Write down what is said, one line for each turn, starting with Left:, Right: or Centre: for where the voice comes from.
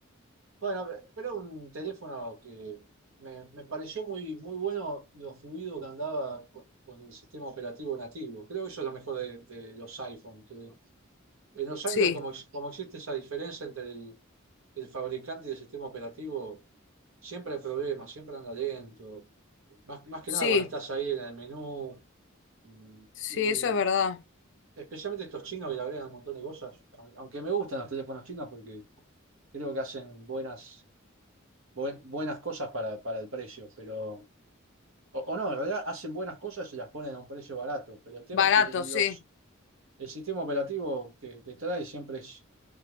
Right: Bueno, pero un teléfono que me, me pareció muy, muy bueno lo fluido que andaba con, con el sistema operativo nativo. Creo que eso es lo mejor de, de los iPhone, que En los Android,
Left: Sí,
Right: como, ex- como existe esa diferencia entre el, el fabricante y el sistema operativo, siempre hay problemas, siempre anda lento. Más, más que
Left: sí,
Right: nada cuando estás ahí en el menú. mm,
Left: sí,
Right: Y,
Left: eso es verdad.
Right: y especialmente estos chinos que le agregan un montón de cosas. a- Aunque me gustan los teléfonos chinos porque creo que hacen buenas, buen- buenas cosas para, para el precio. Pero, o, o no, en realidad hacen buenas cosas y las ponen a un precio barato. Pero el tema
Left: Barato,
Right: es que los,
Left: sí.
Right: el sistema operativo que, que trae siempre es